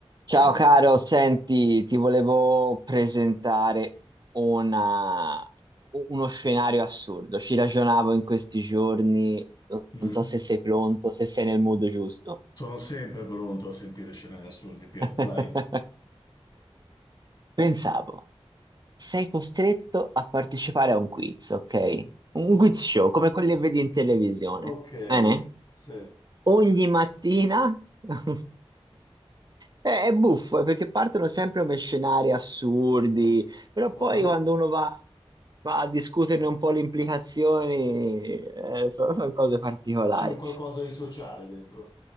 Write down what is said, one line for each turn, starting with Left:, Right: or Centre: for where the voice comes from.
Right: Ciao
Left: Ciao, Pi-
Right: caro, senti, ti volevo presentare una- uno scenario assurdo. Ci ragionavo in questi giorni, non
Left: Mhm.
Right: so se sei pronto, se sei nel mood giusto.
Left: Sono sempre pronto a sentire scene assurde, Pietro,
Right: <laughs>
Left: dai.
Right: Pensavo, sei costretto a partecipare a un quiz, ok? Un
Left: O-
Right: quiz show, come quelli che vedi in televisione.
Left: ok,
Right: Bene?
Left: sì.
Right: ogni mattina. <laughs> È, è buffo, eh, perché partono sempre come scenari assurdi, però
Left: Ah.
Right: poi quando uno va, va a discuterne un po' le implicazioni, eh, sono, sono cose particolari.
Left: C'è un qualcosa di sociale dentro.